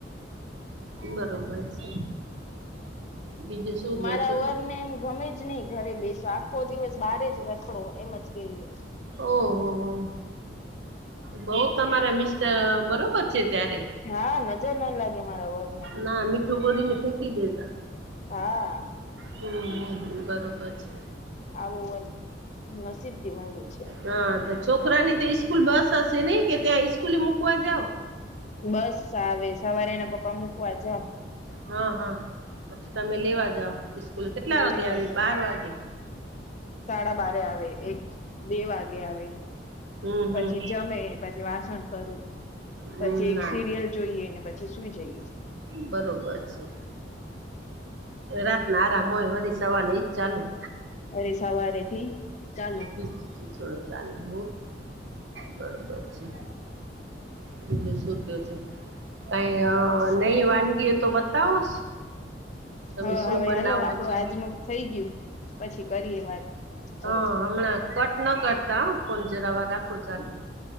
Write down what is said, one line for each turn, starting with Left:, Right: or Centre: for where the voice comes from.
Right: બરોબર છે. બીજું શું કયો
Left: મારા
Right: છો
Left: વરને એમ ગમે જ નય ઘરે બેસે આ આખો દિવસ બારે જ રખડો એમજ કે એયો.
Right: ઓહોહો! બઉ તમારા મિસ્ટર બરોબર છે ત્યારે.
Left: હા નજર ના લાગે મારા વરને.
Right: ના મીઠું ગોળીને ફેંકી દેતા.
Left: હા
Right: હમ હમ બરોબર છે.
Left: આવો વર નસીબથી મળ્યો છે.
Right: હા તો છોકરાની તો ઈસકૂલ બસ હશે નઈ કે ત્યાં સ્કૂલે મૂકવા જાવ?
Left: બસ આવે સવારે એના પપ્પા મૂકવા જાય.
Right: હા હા. પછી તમે લેવા જાવ ઈસકૂલ કેટલા વાગે
Left: લેવા
Right: આવે
Left: જા
Right: બાર વાગે?
Left: સાડા બારે આવે એક બે વાગે આવે.
Right: હમ
Left: પછી
Right: હમ
Left: જમે, પછી વાસણ કરવું
Right: હમ
Left: પછી
Right: ના
Left: એક સિરિયલ જોઈએ ને પછી સુઈ જઈએ.
Right: બરોબર છે. રાતના આરામ હોય વરી સવારના એજ ચાલુ.
Left: વરી સવારેથી ચાલુ.
Right: ઈજ ખીચડો ચાલું. બરોબર છે. બીજું શું કયો છો? કાંઈ
Left: બસ
Right: નહી વાનગીઓ તો બતાવો તમે
Left: હ
Right: શું
Left: હવે
Right: બનાવો
Left: હલો આપડું
Right: છો
Left: આજનું થઈ ગયું. પછી કરીએ વાત.
Right: હહ
Left: હોવ
Right: હમણા કટ ન કરતા હહ ફોન જરા વાર રાખો ચાલુ.